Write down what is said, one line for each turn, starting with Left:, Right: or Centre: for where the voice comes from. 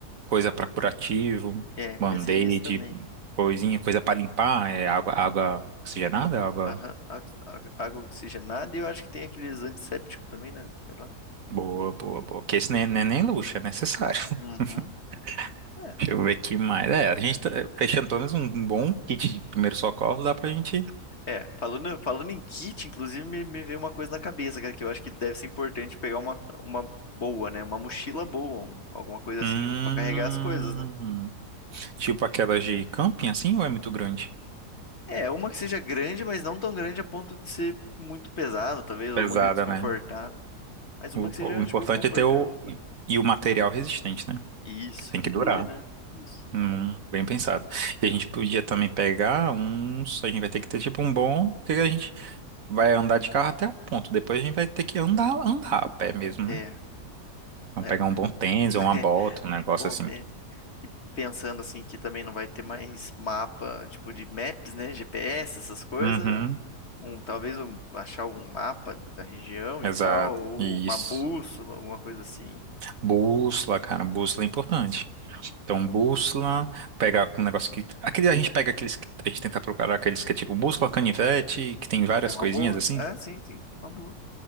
Right: coisa pra curativo,
Left: É,
Right: band-aid,
Left: pensei nisso também.
Right: coisinha, coisa pra limpar, é água, água oxigenada, água
Left: Aham, água a- Água oxigenada e eu acho que tem aqueles antissépticos também, né? Sei lá.
Right: boa, boa, boa. Porque esse nem, nem, nem luxo, é necessário.
Left: Uhum.
Right: <laughs>
Left: É,
Right: Deixa eu ver aqui mais. É, a gente tá fechando pelo menos um bom kit de primeiro socorro, dá pra gente
Left: é, falando, falando em kit, inclusive me, me veio uma coisa na cabeça, cara, que eu acho que deve ser importante pegar uma, uma boa, né? Uma mochila boa, um- alguma coisa assim,
Right: Hum,
Left: pra carregar as coisas, né?
Right: tipo aquelas de camping, assim, ou é muito grande?
Left: É, uma que seja grande, mas não tão grande a ponto de ser muito pesado, talvez, ou
Right: Pesada,
Left: muito desconfortável.
Right: né?
Left: Mas
Right: O,
Left: uma que seja,
Right: o importante
Left: tipo, confortável.
Right: é ter o. E o material resistente, né?
Left: Isso,
Right: Que tem
Left: que
Right: que
Left: dure,
Right: durar.
Left: né? Isso.
Right: Hum, bem pensado. E a gente podia também pegar uns. A gente vai ter que ter tipo um bom. Porque a gente vai andar de carro até um ponto. Depois a gente vai ter que andar, andar a pé mesmo,
Left: É,
Right: né? Então
Left: é
Right: pegar
Left: um,
Right: um bom tênis
Left: <laughs>
Right: ou uma bota, um negócio
Left: Um bom
Right: assim.
Left: tênis. E pensando assim que também não vai ter mais mapa, tipo de maps, né? GPS, essas coisas.
Right: Uhum.
Left: Um, talvez um, achar algum mapa da região
Right: Exato.
Left: e tal, ou
Right: Isso.
Left: uma bússola, alguma coisa assim.
Right: Bússola, cara. Bússola é importante. Então, bússola, pegar um negócio que. Aquele, a gente pega aqueles que a gente tenta procurar aqueles que é tipo bússola, canivete, que tem várias
Left: É uma
Right: coisinhas
Left: boa.
Right: assim,
Left: Ah, sim, sim, uma boa.